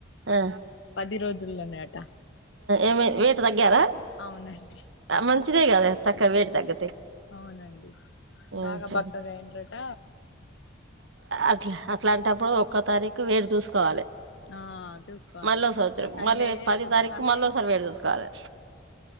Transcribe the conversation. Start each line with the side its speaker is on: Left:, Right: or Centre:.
Right: ఆ
Left: పది రోజుల్లోనేట
Right: ఏమ వేటు తగ్గారా
Left: అవునండి
Right: మంచిదే కదా చక్కగా వేటు తగ్గ
Left: అవునండి
Right: ఆహా
Left: బాగా బక్కగా అయ్యేదట
Right: అట్లా అట్లాంటప్పుడు ఒక్క తారీఖు వెయిట్ చూసుకోవాలి
Left: ఆ చూసుకోవాలి
Right: మళ్ళీ సంవత్సరం
Left: సండే
Right: మళ్ళీ పది
Left: పొద్దుగాల
Right: తారీఖు మళ్ళీసారి వేడి చూసుకోవాలి